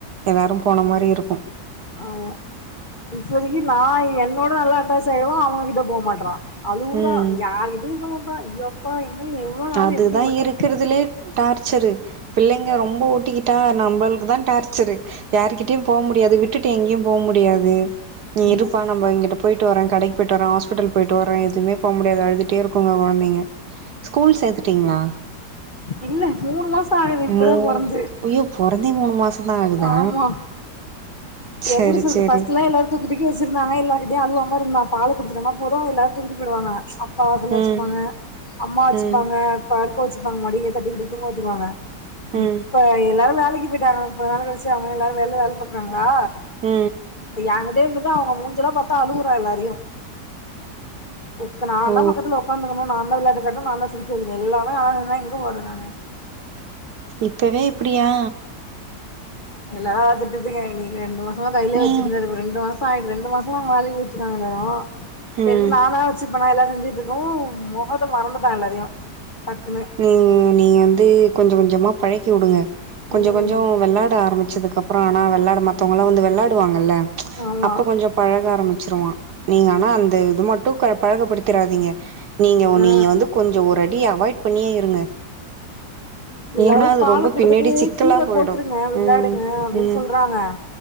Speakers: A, on the right (about 70°); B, on the left (about 35°).
A: எல்லாரு போன மாரி இருக்கு
B: ஆ இப்போதைக்கு நா என்னோட நல்லா அட்டாச் ஆய்டுறா அவங்க கிட்ட போக மாட்றா அழுவுரா
A: ம்
B: யாரு்கிட்டயு இர்க்க மாட்டா அய்யோப்பா இன்னு எவ்வளோ நாளு
A: அதுதா
B: இப்டி ஓட்ட
A: இருக்கறதுலயே
B: போரனு தெர்ல
A: டார்ச்சரு பிள்ளைங்க ரொம்ப ஒட்டிக்கிட்டா நம்மளுக்கு தா டார்ச்சரு யாருகிட்டயு போ முடியாது விட்டுட்டு எங்கேயு போ முடியாது நீ
B: ம்ஹூம்
A: இருப்பான் நம்மஇங்கிட்டு போய்டு வர கடைக் போயிட்டு வரோ ஹாஸ்பிட்டல் போயிட்டு வரோ எதுமே போ முடியாது அழுதுட்டே இருக்குங்க கொழந்தைங்க ஸ்கூல் சேத்துட்டீங்களா
B: இல்ல மூணு மாசோ ஆகுது இப்பதா
A: மு
B: பொறந்து
A: அய்யோ பொறந்தே மூணு மாசந் தா ஆகுதா
B: ஆமா
A: செரி
B: எப்டி சொல்றது
A: செரி
B: ஃபஸ்ட்ல்லா எல்லார்கு துக்கி வச்சிருந்தாங்க எல்லாருகிட்டையு அழுவாம இருந்தா பால குடுத்துட்டோனா போது எல்லாரு தூக்கிட்டு போய்டுவாங்க அப் பாசல்ல வச்சுப்பாங்க
A: ம்
B: அம்மா வச்சுப்பாங்கப்
A: ம்
B: படுக்க வச்சுப்பாங்க மடிலே தட்டி குடுத்து தூங்க வச்சுருவாங்க
A: ம்
B: இப்ப எல்லாரு <unintelligible> கழிச்சி எல்லாரு வெள்ல வேல பாக்குறாங்களா
A: உ
B: ஏ கிட்டயே இருந்துட்டு அவங்க மூஞ்செலா பாத்தா அழுவுறா எல்லாரையு உக்கன நாந்தா
A: ஓ
B: பக்கத்தல உக்காந்தக்கனு நாந்தா விளாட் காட்னு நாந்தா சிரிக்க வக்கனு எல்லாமே நாந்தா <unintelligible> எங்கே போரது நானு
A: இப்பவே இப்படியா
B: எல்லா திட்டுதுங்க நீ எ க ரெண்டு மாசமா கையிலே
A: நீ
B: வச்சுருந்தாரு இவரு ரெண்டு மாச் <unintelligible> ரெண்டு மாசமா <unintelligible> சரி
A: ம்
B: நானா வச்சு ப்பனா எல்லா செஞ்சுட்ருக்கவு மொகத்த மறந்துட்டா எல்லாரையு டக்குன்னு
A: நீ நீங்க வந்து கொஞ்ச கொஞ்சமா பழக்கி விடுங்க கொஞ்ச
B: ம்
A: கொஞ்சோ வெளாட ஆரம்பிச்சதுக்கு கப்பறோ ஆனா விளையாட மத்தவங்கள்ளா வந்து விளையாடுவாங்கல்ல
B: ஆமா
A: அப்ப கொஞ்சோ பழக ஆரம்பிச்சிருவா நீங்க ஆனா அந்த இது மட்டு பழகப்படுத்திராதீங்க நீங்க
B: ஆ
A: நீங்க வந்து கொஞ்ச ஒரு அடி அவாய்ட் பண்ணியே இருங்க
B: எல்லாரு
A: ஏன்னா அது
B: பால
A: ரொம்ப
B: குடுத்துட்டு
A: பின்னாடி சிக்கலா
B: கீழ
A: போயிடு.
B: போட்ருங்க விளையாடுங்க
A: ம்
B: அப்டின்னு
A: ம்
B: சொல்றாங்க